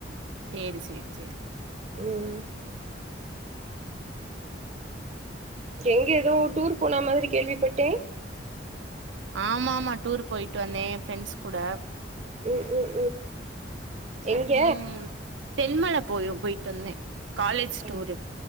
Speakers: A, on the right; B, on the right.
A: சேரி சேரி சேரி
B: ம் எங்க எதோ டூர் போன மாதிரி கேள்விப்பட்டே
A: ஆமாமா டூர் போயி ட்டு வந்தே ஃப்ரெண்ஸ் கூட
B: ம் ம் ம் எங்க
A: ம் தென்மல போயும் போய்ட்டு வந்தே காலேஜ்
B: அ
A: டூரு